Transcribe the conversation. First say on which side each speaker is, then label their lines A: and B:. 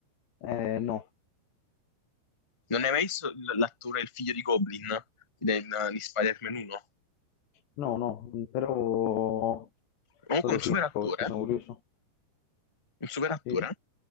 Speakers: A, on the left; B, on the left.
A: Eh, no,
B: Non hai mai visto l- l'attore, il figlio di Goblin, del- di Spider-Man 1?
A: no, no, mm, però
B: Comunque
A: poi lo
B: un
A: cerco
B: super attore,
A: perché sono curioso.
B: un super attore.
A: Sì,